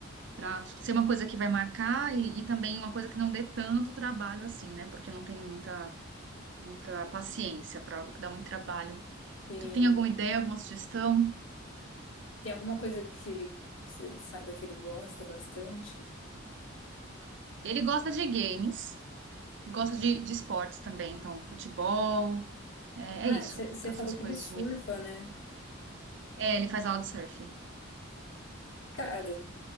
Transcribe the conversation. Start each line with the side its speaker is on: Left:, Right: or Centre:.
Right: para ser uma coisa que vai marcar e, e também uma coisa que não dê tanto trabalho assim, né? Porque eu não tenho muita, muita paciência para algo que dá muito trabalho.
Left: Tem,
Right: Tu tem alguma ideia, alguma sugestão?
Left: tem alguma coisa que ele que você saiba que ele gosta bastante?
Right: Ele gosta de games, gosta de, de esportes também, então futebol. É,
Left: Ah,
Right: é isso,
Left: você
Right: tá? Essas
Left: falou que
Right: coisas
Left: ele surfa,
Right: de menino.
Left: né?
Right: É, ele faz aula de surf.
Left: Cara,